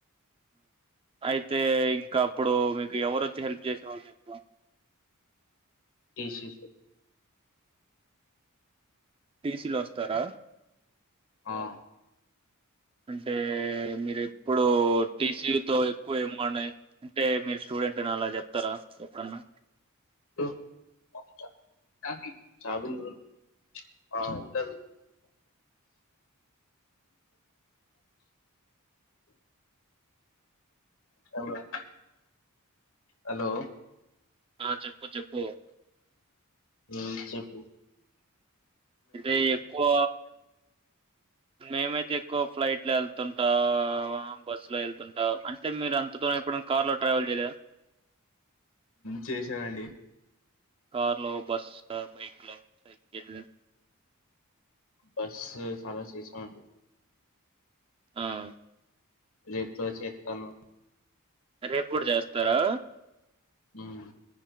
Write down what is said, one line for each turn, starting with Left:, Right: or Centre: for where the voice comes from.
Right: అయితే ఇంకా అప్పుడు మీకు ఎవరొచ్చి హెల్ప్ చేసేవాళ్ళు ఎక్కువ
Left: టీసీ
Right: టీసీలు వస్తారా
Left: ఆహ్
Right: అంటే మీరు ఎప్పుడు టీసీయుతో ఎక్కువ ఏమనీ అంటే మీరు స్టూడెంట్ ఏంటన్నా అలా చెప్తారా ఎప్పుడన్నా
Left: <unintelligible> ఆహ్ ఉంటది <inaudible> హలో
Right: ఆ చెప్పు చెప్పు
Left: ఆమ్ చెప్పు
Right: అదే ఎక్కువ మేమైతే ఎక్కువ ఫ్లైట్ లో వెళ్తుంటా బస్సులో వెళ్తుంటా అంటే మీరు అంతగా ఎప్పుడు కార్ లో ట్రావెల్ చేయలేదా
Left: చేసామండి
Right: కార్ లో బస్ బైక్ లో సైకిల్
Left: బస్ చాలా చేసామండి
Right: ఆహ్
Left: రేపు కూడా చేస్తాను
Right: రేపు కూడా చేస్తారా
Left: ఆమ్